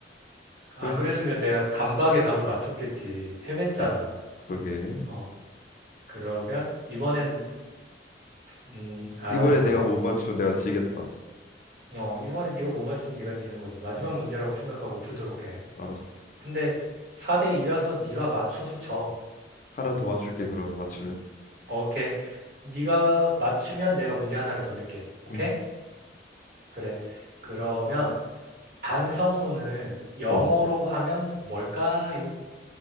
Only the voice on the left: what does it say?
그래.
그러, 그러게.
이번에 내가 못
맞추면 내가 지겠다.
음,
알았어.
하나 더 맞출게, 그러면 맞추면.
음,
어,